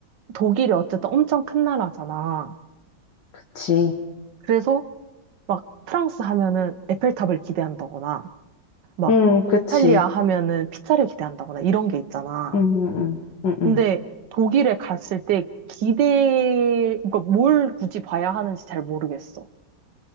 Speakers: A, on the right (about 75°); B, on the left (about 75°).
A: 독일이 어쨌든 엄청 큰 나라잖아.
B: 그치.
A: 그래서 막 프랑스 하면은 에펠탑을 기대한다거나, 막
B: 응, 그치.
A: 이탈리아 하면은 피자를 기대한다거나 이런 게 있잖아.
B: 응, 응, 응, 응. 응.
A: 근데 독일에 갔을 때 기대, 그러니까 뭘 굳이 봐야 하는지 잘 모르겠어.